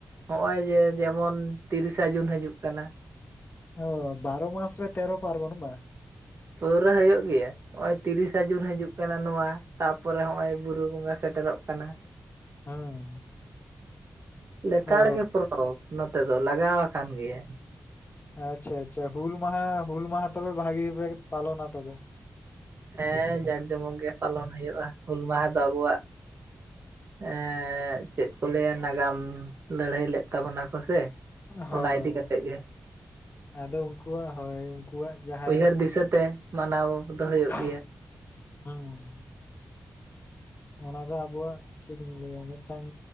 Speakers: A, on the right; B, on the left.
A: ᱦᱚᱜ ᱚᱭ ᱡᱮ ᱡᱮᱢᱚᱱ ᱛᱤᱨᱤᱥᱟ ᱡᱩᱱ ᱦᱟᱡᱩᱜ ᱠᱟᱱᱟ᱾
B: ᱚ ᱵᱟᱨᱚ ᱢᱟᱥ ᱨᱮ ᱛᱮᱨᱚ ᱯᱟᱨᱵᱚᱱᱟ ᱵᱟ?
A: ᱯᱟᱹᱣᱨᱟᱹ ᱦᱩᱭᱩᱜ ᱜᱮᱭᱟ ᱱᱚᱜ ᱚᱭ ᱛᱤᱨᱤᱥᱟ ᱡᱩᱱ ᱦᱟᱡᱩᱜ ᱠᱟᱱᱟ ᱱᱚᱣᱟ᱾ ᱛᱟᱯᱚᱨᱮ ᱦᱚᱜ ᱚᱭ ᱵᱩᱨᱩ ᱵᱚᱸᱜᱟ ᱥᱮᱴᱮᱨᱚᱜ ᱠᱟᱱᱟ᱾
B: ᱦᱩᱸ
A: ᱞᱮᱛᱟᱲ
B: ᱚ
A: ᱜᱮ ᱯᱚᱨᱚᱵᱽ ᱱᱚᱛᱮ ᱫᱚ ᱞᱟᱜᱟᱣ ᱟᱠᱟᱱ ᱜᱮᱭᱟ᱾
B: ᱟᱪᱪᱷᱟ ᱟᱪᱪᱷᱟ ᱦᱩᱞ ᱢᱟᱦᱟ ᱦᱩᱞ ᱢᱟᱦᱟ ᱛᱚᱵᱮ ᱵᱷᱟᱜᱤ ᱜᱮᱯᱮ ᱯᱟᱞᱚᱱᱟ ᱛᱚᱵᱮ?
A: ᱦᱮᱸ ᱡᱟᱠ ᱡᱚᱢᱚᱠ ᱜᱮ ᱯᱟᱞᱚᱱ ᱦᱩᱭᱩᱜ-ᱟ ᱦᱩᱞ ᱢᱟᱦᱟ ᱫᱚ ᱟᱵᱚᱣᱟᱜᱼᱼ ᱮᱸ ᱪᱮᱫ ᱠᱚ ᱞᱟᱹᱭᱟ ᱱᱟᱜᱟᱢ ᱞᱟᱹᱲᱦᱟᱹᱭ ᱞᱮᱫᱼᱼ ᱛᱟᱵᱚᱱᱟ ᱠᱚ ᱥᱮ
B: ᱦᱳᱭ
A: ᱚᱱᱟ ᱤᱫᱤ ᱠᱟᱛᱮᱫ ᱜᱮᱼᱼ
B: ᱟᱫᱚ ᱩᱱᱠᱩᱣᱟᱜ ᱦᱚᱭ ᱩᱱᱠᱩᱣᱟᱜ ᱡᱟᱦᱟᱸᱭ
A: ᱩᱭᱦᱟᱹᱨ ᱫᱤᱥᱟᱹᱛᱮ ᱢᱟᱱᱟᱣ ᱫᱚ
B: <unintelligible>
A: ᱦᱩᱭᱩᱜ ᱜᱮᱭᱟ
B: ᱦᱩᱸ ᱚᱱᱟ ᱫᱚ ᱟᱵᱚᱣᱟᱜ ᱪᱮᱫ ᱤᱧ ᱞᱟᱹᱭᱟ ᱢᱤᱫᱴᱟᱝ